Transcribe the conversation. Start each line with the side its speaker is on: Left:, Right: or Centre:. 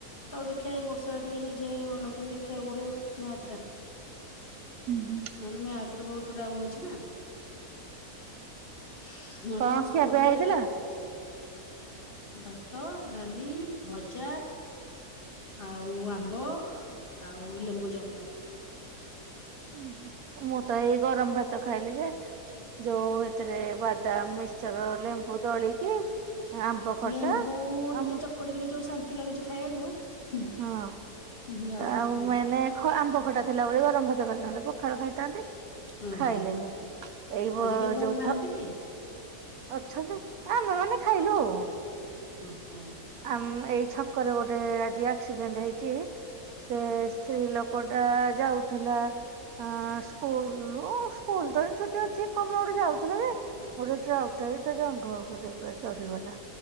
Left: ଆଉ ଦେଖିବା ଏଇ ବର୍ଷ ଟିକେ ନିଜେ ଭଲକିନି ଦେଖିବାକୁ ପଡିବ ମ୍ୟାଥ୍ ଟା।
Right: ହୁଁ ହୁଁ।
Left: ନହେଲେ ମ୍ୟାଥ ରେ ବହୁତ ଡାଉନ ଅଛି ନା ନହେଲେ
Right: କଣ
Left: ତାଙ୍କ
Right: ଖିଆ
Left: ସ୍କୁଲରେ
Right: ପିଆ ହେଇଥିଲା?
Left: ଭାତ ଡାଲି ଭଜା ଆଉ ଆମ୍ବ ଆଉ ଲେମ୍ବୁ ଚକଟା
Right: ଉଁ ହୁଁ ମୁଁ ତ ଏଇ ଗରମ ଭାତ ଖାଇଲି ଯେ ଯଉ ହେଥିରେ ବାଦାମ ମିକ୍ସର ଲେମ୍ବୁ ଦଳିକି ଆମ୍ବ ଖଟା
Left: ଲେମ୍ବୁ ଟିକେ
Right: ଆମ
Left: ଚକଡିଲେ ଯୋଉ ଶାନ୍ତି ଲାଗୁଛି ଖାଇବାକୁ। ହୁଁ
Right: ହଁ
Left: ହୁଁ କଥା
Right: ଆଉ
Left: ନାହିଁ
Right: ମେନ ଆମ୍ବ ଖଟା ଥିଲା ବୋଲି ଗରମ ଭାତ କଲି ନହେଲେ ପଖାଳ ଖାଇଥାନ୍ତି।
Left: ଓହୋ
Right: ଖାଇଲେନି ଏଇ ବ
Left: ଆଜି କେହି ଘରେ
Right: ଯଉ
Left: ନାହାନ୍ତି କି?
Right: ଅଛନ୍ତି ଆମେ ମାନେ ଖାଇଲୁ ଆଉ
Left: ହୁଁ
Right: ଆମ ଏଇ ଛକରେ ଗୋଟେ ଆଜି ଆକ୍ସିଡେଣ୍ଟ ହେଇଚି। ସେ ସ୍ତ୍ରୀ ଲୋକ ଟା ଯାଉଥିଲା। ହାଁ ସ୍କୁଲରୁ ସ୍କୁଲ ତ ଏ ଛୁଟି ଅଛି କଣ ପାଇଁ ଗୋଟେ ଯାଉଥିଲ ଯେ ଗୋଟେ ଟ୍ରକଟେ ତା ଜଙ୍ଘ ଉପରେ ପୁରା ଚଢିଗଲା।